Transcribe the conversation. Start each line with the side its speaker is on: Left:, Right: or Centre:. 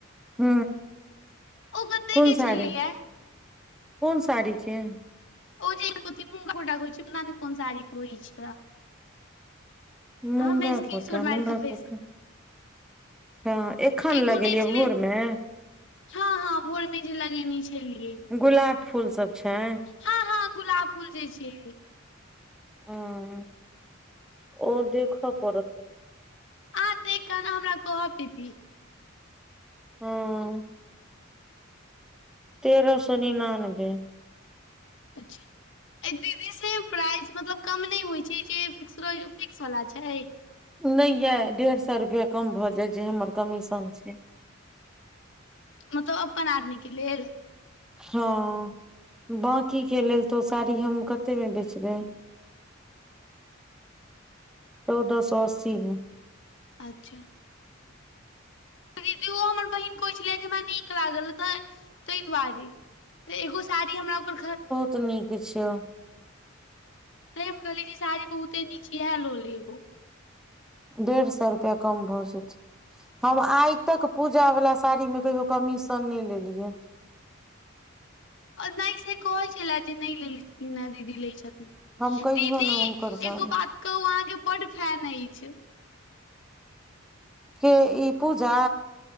Centre: ह
Left: ओ कते
Centre: कोन
Left: के
Centre: साड़ी
Left: छलैया
Centre: कोन साड़ी के
Left: ओ जे कथी मूँगा कोटा कहै छै, पता ने कोन साड़ी कहै छै ओकरा।
Centre: मूँगा
Left: हमे स्क्रीन
Centre: कोटा
Left: शॉट मारि
Centre: मूँगा
Left: कऽ भेज
Centre: कोटा
Left: देब
Centre: अच्छा एखन
Left: एगो
Centre: लगेलियै
Left: नहि छलै
Centre: भोरमे
Left: हँ हँ भोर मे जे लगेने छलियै
Centre: गुलाब फूल सब छै
Left: हँ हँ गुलाब फूल जे छै
Centre: ह ओ देखा पड़त
Left: आहाँ देख कऽ ने हमरा कहब दीदी
Centre: हँ तेरह सौ निनानबे
Left: अच्छा आई दीदी सेम प्राइस मतलब कम नहि होइ छै जे फिक्स रह छै ओ फिक्स वला छै
Centre: नहि यइ डेढ़ सौ रुपैआ कम भऽ जायत जे हमर कमीशन छै
Left: मतलब अपन आदमीक लेल।
Centre: हँ, बाँकीके लेल तऽ ओहि साड़ी हम कतेमे बेचबै? चौउद सौ अस्सी मे
Left: अच्छा दीदी ओ हमर बहिन कहै छलै जे हमरा निक लागल तै तैय दुआरे तऽ एगो साड़ी हमरा ओकर खैर
Centre: तऽ निक छै।
Left: तय हम कहलियै जे ई साड़ी बहुते निक छै इहे लऽ ले एगो
Centre: डेढ़ सैऽ रुपया कम भऽ जेते हम आइ तक पूजा बला साड़ी में कहियो कमीशन नै लेलिये
Left: नै से कहै छले जे नै लेलखिन हँ दीदी लैय छथिन
Centre: हम कहियो
Left: दीदी
Centre: ने हुनकर जान
Left: एगो बात कहू अहाँके बड फैन अईछ।
Centre: के ई पूजा